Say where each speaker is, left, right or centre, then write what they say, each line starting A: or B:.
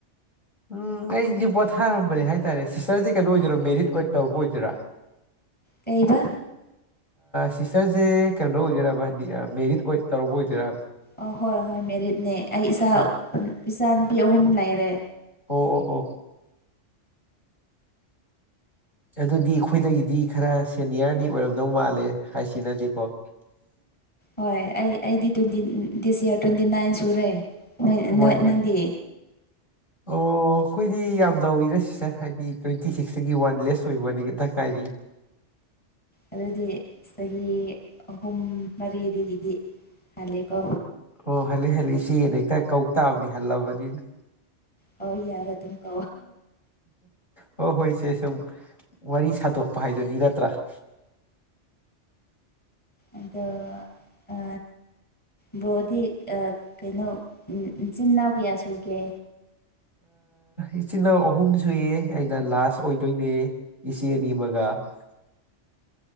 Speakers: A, on the left; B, on the left.
A: ꯎꯝ ꯑꯩꯁꯦ ꯄꯣꯊꯥꯔꯝꯕꯅꯦ ꯍꯥꯏꯇꯥꯔꯦ ꯁꯤꯁꯇꯔꯁꯦ ꯀꯩꯅꯣ ꯑꯣꯏꯗꯣꯏꯔꯥ ꯃꯦꯔꯤꯠ ꯇꯧꯔꯨꯄ ꯑꯣꯏꯗꯣꯏꯔꯥ <unintelligible>
B: ꯀꯩꯕ
A: ꯁꯤꯁꯇꯔꯁꯦ ꯀꯩꯅꯣ ꯑꯣꯏꯗꯣꯏꯕꯥ ꯍꯥꯏꯗꯤ ꯃꯦꯔꯤꯠ ꯑꯣꯏ ꯇꯧꯔꯝꯕ ꯑꯣꯏꯗꯣꯏꯕ
B: ꯑ ꯍꯣꯏ ꯍꯣꯏ ꯃꯦꯔꯤꯠꯅꯦ ꯑꯩ ꯏꯆꯥ
A: ꯑꯣ
B: ꯏꯆꯥ ꯅꯨꯄꯤ ꯑꯍꯨꯝ ꯂꯩꯔꯦ
A: ꯑꯣ ꯑꯣ ꯑꯣ ꯑꯗꯨꯗꯤ ꯑꯩꯈꯣꯏꯗꯒꯤꯗꯤ ꯈꯔ ꯁꯦꯅꯤꯌꯔꯗꯤ ꯑꯣꯏꯔꯝꯗꯧ ꯃꯥꯜꯂꯦ ꯍꯥꯏꯁꯤꯅꯗꯤꯀꯣ
B: ꯍꯣꯏ ꯑꯩ ꯑꯩꯗꯤ twenty this year twenty nine ꯁꯨꯔꯦ ꯅꯣꯏ
A: ꯏ ꯥꯏ
B: ꯅꯪꯗꯤ
A: ꯑꯣ ꯑꯩꯈꯣꯏꯗꯤ ꯌꯥꯝ ꯅꯧꯔꯤꯅ ꯁꯤꯁꯇꯔ ꯍꯥꯏꯗꯤ ꯇ꯭ꯋꯦꯟꯇꯤ ꯁꯤꯛꯁꯇꯒꯤ ꯋꯥꯟ ꯂꯦꯁ ꯑꯣꯏꯕꯅꯤꯇ ꯀꯥꯏꯔꯤ <inaudible>
B: ꯑꯗꯨꯗꯤ ꯆꯍꯤ ꯑꯍꯨꯝ ꯃꯔꯤꯗꯒꯤꯗꯤ ꯍꯥꯜꯂꯦꯀꯣ
A: ꯑꯣ ꯍꯜꯂꯤ ꯍꯜꯂꯤ ꯁꯤꯅ ꯍꯦꯛꯇ ꯀꯧ ꯇꯥꯕꯅꯤ ꯍꯜꯂꯕꯅꯤꯅ
B: ꯍ ꯌꯥꯔ ꯑꯗꯨꯀ
A: ꯍꯣꯏ ꯍꯣꯏ ꯏꯆꯦ ꯁꯨꯝ ꯋꯥꯔꯤ ꯁꯥꯗꯣꯛꯄ ꯍꯥꯏꯗꯨꯅꯤ ꯅꯠꯇ꯭ꯔꯥ <inaudible>
B: ꯑꯗꯣ ꯑ ꯕ꯭ꯔꯣꯗꯤ ꯀꯩꯅꯣ ꯏꯆꯤꯟ ꯏꯅꯥꯎ ꯀꯌꯥ ꯁꯨꯒꯦ
A: ꯏꯆꯤꯜ ꯏꯅꯥꯎ ꯑꯍꯨꯝ ꯁꯨꯏꯌꯦ ꯑꯩꯅ ꯂꯥꯁ ꯑꯣꯏꯗꯣꯏꯅꯦ ꯏꯆꯦ ꯑꯅꯤ ꯑꯃꯒ <unintelligible>